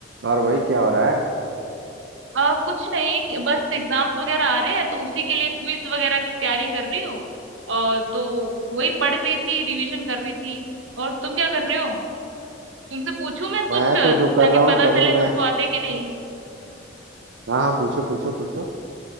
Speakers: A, on the right (about 70°); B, on the right (about 85°).
A: और भाई क्या हो रहा है
B: आ, कुछ नहीं बस एग्जाम्स वगैरह आ रहे हैं तो उसी के लिए क्विज वगैरह की तैयारी कर रही हूँ और तो वही पढ़ रही थी रिवीजन कर रही थी और तुम क्या कर रहे हो तुमसे पूछूं मैं कुछ
A: मैं
B: ताकि
A: तो जो कर रहा हूँ
B: पता
A: कर रहा
B: चले
A: हूँ मैं
B: तुमको आते कि नहीं
A: हाँ हाँ पूछो पूछो पूछो